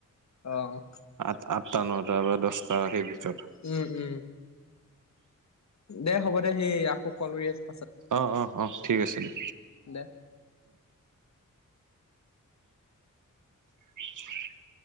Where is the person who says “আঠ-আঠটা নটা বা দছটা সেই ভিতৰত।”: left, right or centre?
Right